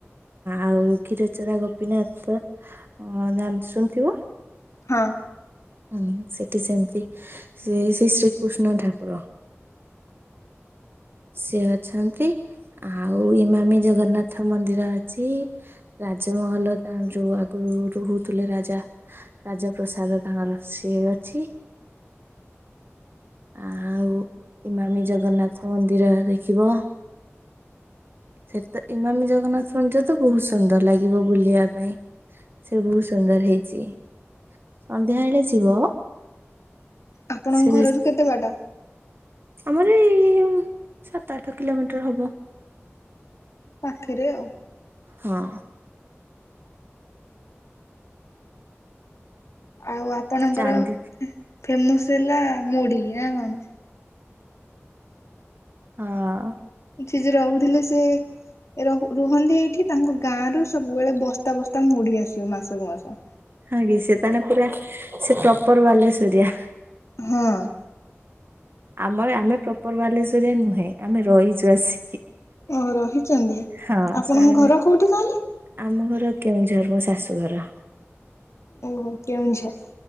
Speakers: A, on the right (about 50°); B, on the left (about 80°).
A: ଆଉ କ୍ଷୀରଚରା ଗୋପୀନାଥ ଜାଣି ଶୁଣିଥିବ।
B: ହଁ।
A: ହଁ ସେଠି ସେମିତି ସେ ସେ ଶ୍ରୀକୃଷ୍ଣ ଠାକୁର। ସିଏ ଅଛନ୍ତି ଆଉ ଇମାମି ଜଗନ୍ନାଥ ମନ୍ଦିର ଅଛି। ରାଜମହଲ ତା ଯୋଉ ଆଗରୁ ରହୁଥିଲେ ରାଜା ରାଜପ୍ରସାଦ ତାଙ୍କର ସିଏ ଅଛି। ଆ ଆଉ ଇମାମୀ ଜଗନ୍ନାଥ ମନ୍ଦିର ଦେଖିବ। ସେଠ ତ ଇମାମି ଜଗନ୍ନାଥ ମନ୍ଦିର ତ ବହୁତ ସୁନ୍ଦର ଲାଗିବ ବୁଲିବା ପାଇଁ ସେ ବହୁତ ସୁନ୍ଦର ହେଇଛି ସନ୍ଧ୍ୟା ବଳେ ଯିବ
B: ଆପଣଙ୍କ
A: ସେ
B: ଘର ରୁ କେତେ ବାଟ?
A: ଆମର ଏଇ ସାତ ଆଠ କିଲୋମିଟର ହବ।
B: ପାଖରେ ଆଉ।
A: ହଁ।
B: ଆଉ ଆପଣଙ୍କର
A: ଚାନ୍ଦି
B: ଫେମସ ହେଲା ମୁଢ଼ି ନା କଣ?
A: ହଁ।
B: <unintelligible> ରହୁଥିଲେ ସେ ର ରୁହନ୍ତି ଏଇଠି ତାଙ୍କ ଗାଁରୁ ସବୁବେଳେ ବସ୍ତା ବସ୍ତା ମୁଢ଼ି ଆସିବ ମାସକୁ ମାସ। ଆଚ୍ଛା।
A: ହଁ କି ସେତା ହେଲେ ପୁରା ସେ ପ୍ରପର ବାଲେଶ୍ୱରିଆ।
B: ହଁ
A: ଆମର ଆମେ ପ୍ରପର ବାଲେଶ୍ଵରୀଆ ନୁହେଁ ଆମେ ରହିଛୁ ଆସି
B: ଓ ହୋ ରହିଛନ୍ତି
A: ହଁ
B: ଆପଣଙ୍କ ଘର କୋଉଠି ତାହେଲେ?
A: ଆମ ଘର କେଉଁଝର ମୋ ଶାଶୁ ଘର।
B: ଓହୋ କେଉଁଝର।